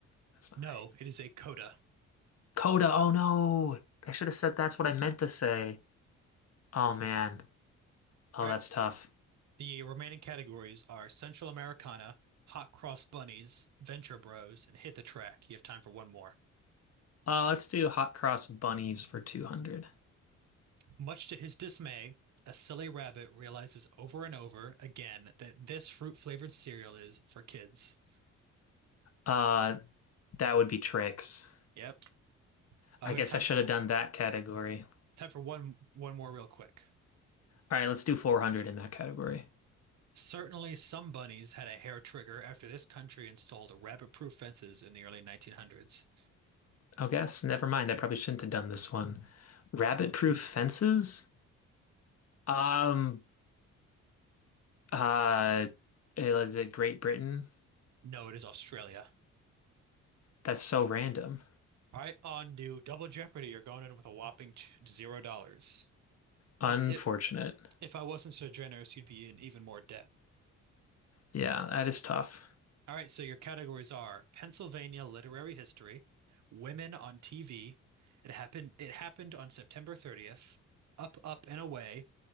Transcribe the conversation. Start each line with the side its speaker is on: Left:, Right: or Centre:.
Left: That's not
Right: No,
Left: right.
Right: it is a coda.
Left: Coda. Oh no, I should have said that's what I meant to say. Oh man. Oh,
Right: All
Left: that's
Right: right,
Left: tough.
Right: the remaining categories are Central Americana, Hot Cross Bunnies, Venture Bros, and Hit the Track. You have time for one more.
Left: Uh, let's do hot cross bunnies for 200.
Right: Much to his dismay, a silly rabbit realizes over and over again that this fruit-flavored cereal is for kids.
Left: Uh, that would be tricks.
Right: Yep. Oh,
Left: I
Right: we
Left: guess
Right: have time
Left: I should
Right: for
Left: have done that category.
Right: time for one one more real quick.
Left: All right, let's do 400 in that category.
Right: Certainly some bunnies had a hair trigger after this country installed rabbit-proof fences in the early 1900s.
Left: Oh, guess. Never mind. I probably shouldn't have done this one. Rabbit-proof fences? Um, uh, eh, is it Great Britain?
Right: No, it is Australia.
Left: That's so random.
Right: All right, on to Double Jeopardy. You're going in with a whopping t- zero dollars.
Left: Unfortunate.
Right: Uh, if if I wasn't so generous, you'd be in even more debt.
Left: Yeah, that is tough.
Right: All right, so your categories are Pennsylvania literary history, women on TV, it happened it happened on September 30th, up up and away,